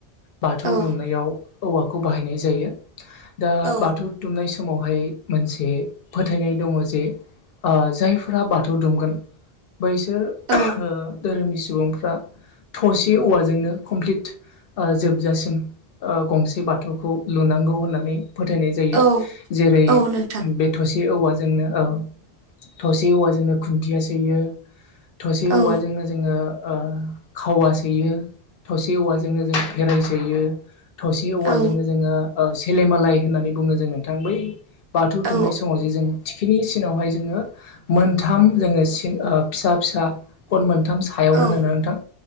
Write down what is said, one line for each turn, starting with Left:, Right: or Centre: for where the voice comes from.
Left: बाथौ
Right: औ
Left: दुमनायाव औवाखौ बाहायनाय जायो। दा
Right: औ
Left: बाथौ दुमनायस समावहाय मोनसे फोथायनाय दङ जे ओ जायफोरा बाथौ दुमगोन बैसोर ओ
Right: औ
Left: धोरोमनि सुबुंफ्रा थसे औवाजोंनो कमप्लिट ओ जोबजासिम ओ गंसे बाथौखौ लुनांगौ होननानै फोथायनाय जायो।
Right: औ
Left: जेरै-
Right: औ नोंथां
Left: बे थ'से ए औवाजोंनो ओ थसे औवाजोंनो खुन्थिया सैयो थसे
Right: औ
Left: औवाजोंनो जोङो ओ खावा सैयो, थसे औवाजोंनो जों फेराइ सैयो थसे औवाजोंनो
Right: औ
Left: जोङो ओ सेलेमालाय होननानै बुङो जों नोंथां बै बाथौ
Right: औ
Left: दुमनाय समाव जे जों थिखिनि सिनावहाय जोङो मोनथाम जोङो सिन ओ फिसा फिसा गन मोनथ थाम सायाव
Right: औ
Left: दोनो ना नोंथां